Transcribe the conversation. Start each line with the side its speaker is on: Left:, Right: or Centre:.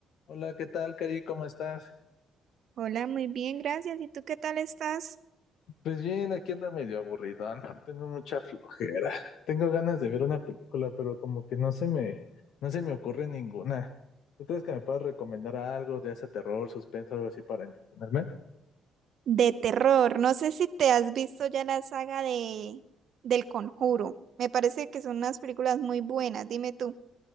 Left: Hola, ¿qué tal, Cari? ¿Cómo estás?
Right: Hola, muy bien, gracias. ¿Y tú qué tal estás?
Left: Pues bien, aquí ando medio aburridón. <laughs> Tengo mucha flojera. Tengo ganas de ver una película, pero como que no se me, no se me ocurre ninguna. ¿Tú crees que me puedas recomendar algo de ese terror, suspenso, algo así para entretenerme?
Right: De terror. No sé si te has visto ya la saga de del Conjuro. Me parece que son unas películas muy buenas. Dime tú.